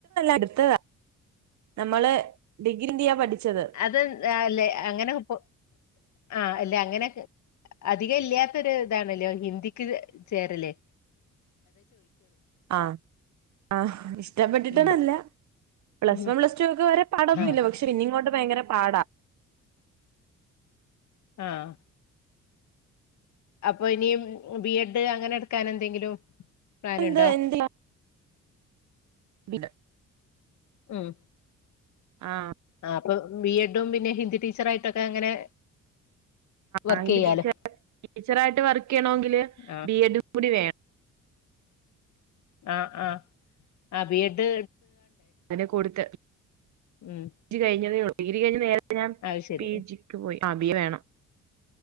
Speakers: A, on the right; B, on the left.
A: ഇഷ്ടപ്പെെട്ടതല്ല അടുത്തതാ നമ്മള് ഇന്ത്യയാ പഠിച്ചത്
B: അത് ന്താല്ലേ അങ്ങനെ പൊ ആഹ് ല്ല അങ്ങനെ ക് അധികെല്ല്യാത്തൊര് ഇതാണ്ല്ലെ ഓ ഹിന്ദിക്ക് ചേരല്ലേ.
A: ആഹ ആ ഇഷ്ടപ്പെട്ടിട്ടണല്ല
B: ഉം
A: പ്ലസ്
B: ഉം
A: വൺ പ്ലസ്ടൊക്കെ വെരെ പാടൊന്നുല്ല
B: ആഹ്
A: പക്ഷെ പിന്നിങ്ങോട്ട് ഭയങ്കര പാടാ.
B: ആഹ് അപ്പൊ ഇനിയും ബി എഡ് അങ്ങനെ ട്ക്കാനെന്തെങ്കിലും പ്ലന്ണ്ടോ?
A: എന്ത് എന്ത് പില
B: ഉം
A: ആഹ
B: ആ അപ്പൊ ബി എഡും പിന്നെ ഹിന്ദി ടീച്ചറായിട്ടൊക്കെ അങ്ങനെ വർക്ക്
A: ആന്റെ
B: ചെയ്യാലോ
A: ടീച്ചർ ടീച്ചറ ആായിട്ട് വർക്ക് ചെയ്യണമെങ്കില്
B: ആഹ്
A: ബി എഡ കൂടി വേണം
B: ആ ആഹ ആ വീട്
A: അങ്ങനെ കൊടുത്ത്.
B: ഉം
A: റ്റ് കഴിഞ്ഞതേ ഉള്ളൂ ഡിഗ്രി കഴിഞ്ഞഞ് നേരരെ ഞാ
B: അത് ശരി
A: പി ജിക്ക് പോയി ആ ബിയ വേണം